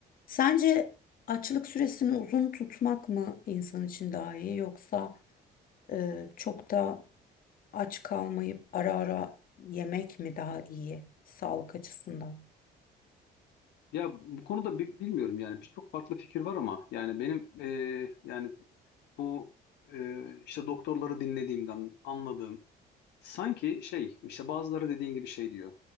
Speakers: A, on the left; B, on the left.
A: Sence açlık süresini uzun tutmak mı insan için daha iyi yoksa e, çok da aç kalmayıp ara ara yemek mi daha iyi sağlık açısından?
B: Ya bu konuda bi- bilmiyorum yani birçok farklı fikir var ama yani benim e, yani bu e, işte doktorları dinlediğimden anladığım sanki şey işte bazıları dediğin gibi şey diyor.